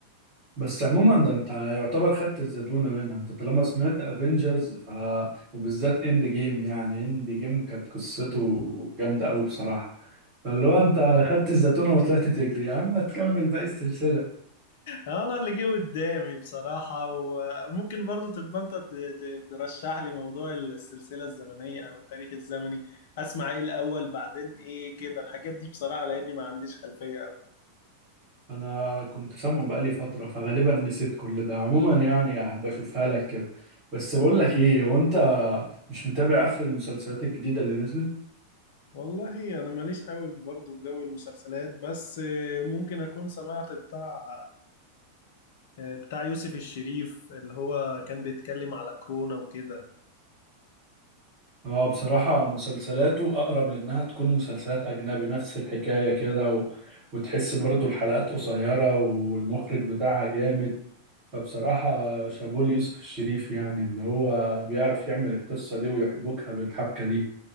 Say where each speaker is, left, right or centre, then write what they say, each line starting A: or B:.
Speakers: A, on the right; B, on the left.
A: بس عموما ده أنت يعتبر خدت الزتونة منها أنت طالما سمعت أفينجرز ف... وبالذات إند جيم يعني إند جيم كانت قصته جامدة أوي بصراحة فاللي هو أنت خدت الزتونة وطلعت تجري يا عم تكمل باقي السلسلة
B: انا اللي جه قدامي بصراحه وممكن برضو تبقى انت ت... ت... ترشح لي موضوع السلسله الزمنيه او التاريخ الزمني اسمع ايه الاول بعدين ايه كده الحاجات دي بصراحه لاني ما عنديش خلفيه قوي.
A: أنا كنت سامعه بقالي فترة فغالبا نسيت كل ده عموما يعني هبقى أشوفها لك كده بس بقول لك إيه هو أنت مش متابع آخر المسلسلات الجديدة اللي نزلت؟
B: والله انا ماليش قوي برضه في جو المسلسلات بس آه، ممكن اكون سمعت بتاع آه، بتاع يوسف الشريف اللي هو كان بيتكلم على كورونا وكده
A: اه بصراحة مسلسلاته أقرب لأنها تكون مسلسلات أجنبي نفس الحكاية كده و... وتحس برضو الحلقات قصيرة والمخرج بتاعها جامد فبصراحة شابوه ليوسف الشريف يعني اللي هو بيعرف يعمل القصة دي ويحبكها بالحبكة دي